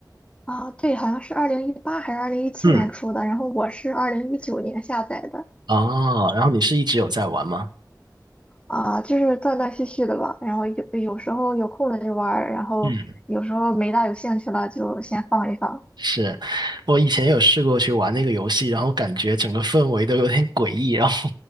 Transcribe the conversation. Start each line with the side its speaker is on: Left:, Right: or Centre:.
Left: 啊，对，好像是二零一八还是二零一七年出的，
Right: 嗯，
Left: 然后我是二零一九年下载的，
Right: 哦，然后你是一直有在玩吗？
Left: 啊，就是断断续续的吧。然后有有时候有空了就玩儿然后有时候没大有兴趣了就先放一放。
Right: 嗯，是，我以前有试过去玩那个游戏，然后感觉整个氛围都有点诡异，然后